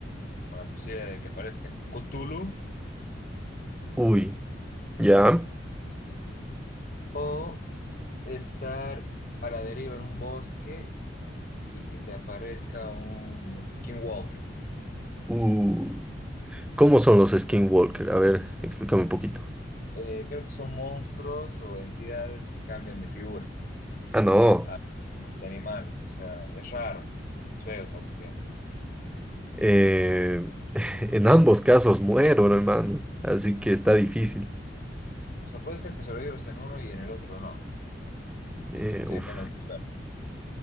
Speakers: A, on the left; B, in the centre.
A: con la posibilidad de que aparezca Cthulhu
B: Uy, ya.
A: o estar a la deriva en un bosque y que te aparezca un Skinwalker.
B: Uh, ¿cómo son los skinwalker? A ver, explícame un poquito.
A: Eh, creo que son monstruos o entidades que cambian de figura,
B: Ah, no.
A: ah, de animales. O sea, es raro, es feo también.
B: eh, <laughs> en ambos casos muero, no, hermano, así que está difícil.
A: O sea, puede ser que sobrevivas en uno y en el otro no.
B: Eh,
A: Eso sí
B: uf,
A: depende del suelo.